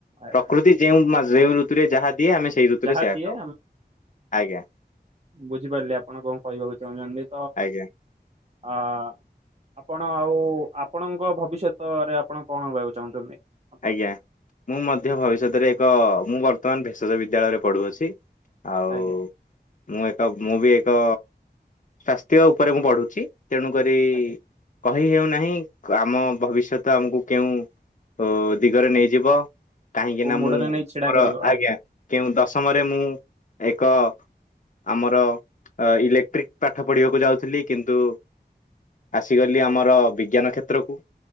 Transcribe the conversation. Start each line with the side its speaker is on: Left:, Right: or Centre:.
Right: ଆଜ୍ଞା
Left: ପ୍ରକୃତି ଯେଉଁ ମା ଯେଉଁ ଋତୁରେ ଯାହା ଦିଏ ଆମେ ସେଇ ଋତୁରେ
Right: ଯାହା
Left: ସେଇଆ
Right: ଦିଏ
Left: ଖାଉ ଆଜ୍ଞା।
Right: ବୁଝିପାରଲେ ଆପଣ କଁ କହିବାକୁ ଚାହୁଁଚନ୍ତି?
Left: ଆଜ୍ଞା।
Right: ଅ ଆପଣ ଆଉ ଆପଣଙ୍କ ଭବିଷ୍ୟତରେ ଆପଣ କଣ ହବାକୁ ଚାହୁଁଛନ୍ତି? ଆପଣ
Left: ଆଜ୍ଞା ମୁଁ ମଧ୍ୟ ଭବିଷ୍ୟତରେ ଏକ ମୁଁ ବର୍ତ୍ତମାନ ଭେଷଜ ବିଦ୍ୟାଳୟରେ ପଢୁଅଛି। ଆଉ
Right: ଆଜ୍ଞା
Left: ମୁଁ ଏକ ମୁଁ ବି ଏକ ସ୍ୱସ୍ଥ୍ୟ ଉପରେ ମୁଁ ପଢ଼ୁଛି। ତେଣୁ କରି
Right: ଆଜ୍ଞା
Left: କହି ହେଉନାହିଁ କ ଆମ ଭବିଷ୍ୟତ ଆମୁକୁ କେଉଁ ଉ ଦିଗରେ ନେଇଯିବ କାହିଁକି
Right: କୋଉ
Left: ନା
Right: ମୋଡରେ
Left: ମୁଁ
Right: ନେଇ ଛିଡା
Left: ମୋର
Right: କରିବ
Left: ଆଜ୍ଞା। କେଉଁ ଦଶମରେ ମୁଁ ଏକ ଆମର ଇଲେକ୍ଟ୍ରିକ୍ ପାଠ ପଢିବାକୁ ଯାଉଥୁଲି କିନ୍ତୁ ଆସିଗଲି ଆମର ବିଜ୍ଞାନ କ୍ଷେତ୍ରକୁ